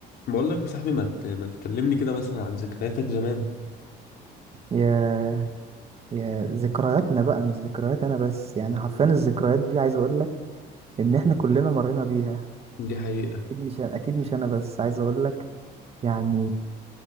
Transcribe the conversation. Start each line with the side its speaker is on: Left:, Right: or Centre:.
Left: بقول لك يا صاحبي ما ت- ما تكلمني كده مثلا عن ذكرياتك زمان
Right: يا يا ذكرياتنا بقى مش ذكريات انا بس يعني
Left: مم.
Right: حرفيا الذكريات دي عايز اقول لك ان احنا كلنا مرينا بيها
Left: دي حقيقة
Right: اكيد مش اكيد مش انا بس عايز اقول لك يعني